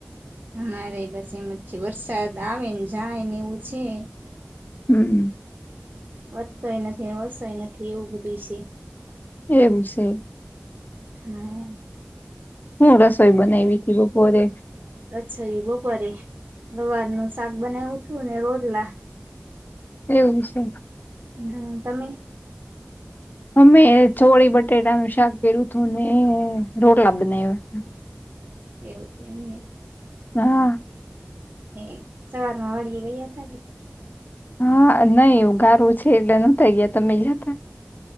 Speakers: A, on the right (about 65°); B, on the left (about 50°).
A: અમારે બસ એમ જ છે વરસાદ આવે ને જાય ને એવું છે.
B: હમ્મ.
A: વધતોય નથી ઓસોય નથી એવું બધું છે.
B: એવું છે.
A: હા.
B: હું રસોઈ બનાઈવીતી બપોરે?
A: અચ્છા ઈ બપોરે, ગવાર નું શાક બનાવ્યું હતું ને રોટલા.
B: એવું છે.
A: હમ્મ તમે
B: અમે ચોળી બટેટાનું શાક કર્યું તું અને રોટલા બનાવ્યા
A: એવું છે એમને
B: હા
A: હે, સવારમાં વાડીયે ગયા તા કે
B: હા, નઈ ઉગારુ છે એટલે ન ગયા તમે ગ્યાતા